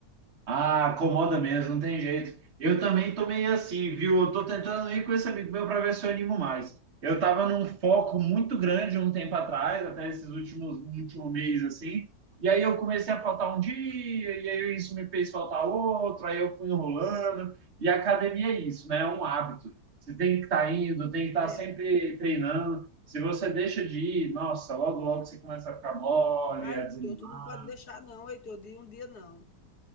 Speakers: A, on the right; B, on the left.
A: Ah, acomoda mesmo, não tem jeito. Eu também tô meio assim, viu? Eu tô tentando ir com esse amigo meu para ver se eu animo mais. Eu tava num foco muito grande um tempo atrás, até esses últimos um último mês assim. E aí eu comecei a faltar um dia, e aí isso me fez faltar outro, aí eu fui enrolando. E a academia é isso, né? É um hábito. Você tem que estar indo, tem que estar
B: É.
A: sempre treinando. Se você deixa de ir, nossa, logo logo você começa a ficar mole,
B: Ah,
A: a
B: Heitor,
A: desanimar.
B: tu não pode deixar, não, Heitor, de um dia não.